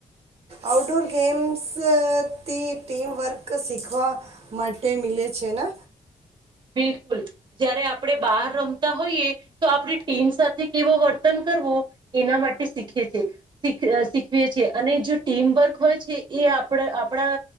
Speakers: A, on the right; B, on the right.
A: આઉટડોર ગેમ્સથી ટીમવર્ક શીખવા માટે મિલે છે ને?
B: બિલકુલ જ્યારે આપણે બહાર રમતા હોઈએ તો આપણી ટીમ સાથે કેવો વર્તન કરવું એના માટે શીખીએ છીએ શીખ અ શીખવીએ છીએ અને જો ટીમવર્ક હોય છે એ આપડ આપડા